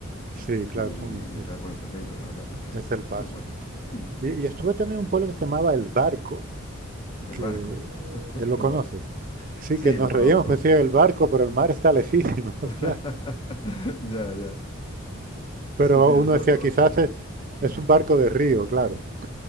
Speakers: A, on the right; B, on the left.
A: Sí, claro,
B: y, y
A: son- es,
B: entrar por el Cebreiro. Y la verdad es que
A: es el paso.
B: muy guay. Mm.
A: Y, y estuve también en un pueblo que se llamaba El Barco,
B: El
A: que
B: barco, <laughs>
A: eh, lo
B: qué
A: conoces.
B: guay.
A: Sí,
B: Sí,
A: que nos
B: lo conozco.
A: reíamos, pues decía el barco, pero el mar está lejísimo,
B: <laughs>
A: <laughs> claro.
B: Ya, ya.
A: Pero
B: Sí, sí, eso,
A: uno decía,
B: o-
A: quizás es, es un barco de río, claro,